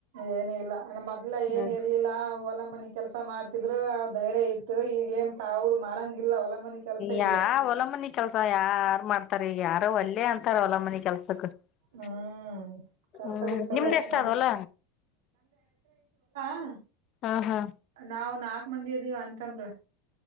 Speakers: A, on the right; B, on the left.
A: ಏನ ಇಲ್ಲಾ ಮೊದ್ಲ
B: ಹ್ಮ್
A: ಏನ್ ಇರ್ಲಿಲ್ಲ ಹೊಲ ಮನಿ ಕೆಲ್ಸ ಮಾಡ್ತ ತಿದ್ರ ಧೈರ್ಯ ಇತ್ತು ಈಗ ಏನ್ ತ ಅವ್ರು ಮಾಡಂಗಿಲ್ಲ ಹೊಲ ಮನಿ ಕೆಲ್ಸ
B: ಯಾ
A: ಈಗ
B: ಒಲ ಮನಿ ಕೆಲ್ಸ ಯಾರ್ ಮಾಡ್ತ ಈಗ ಯಾರೋ ಒಲ್ಲೇ ಅಂತಾರ ಹೊಲಮನಿ ಕೆಲ್ಸಕ್ ಹ್ಮ
A: ಹ್ಮ್ ಕಲ್ಸದೆೇ ಚಲೋ
B: ನಿಮ್ದ ಎಷ್ಟ
A: ನಮ್
B: ಅದ ಹೊಲ
A: ಹಾ
B: ಹಾ ಹಾ
A: ನಾವು ನಾಲ್ ಕ್ ಮಂದಿ ಅದೀವಿ ಅಣ್ತಂಬ್ರು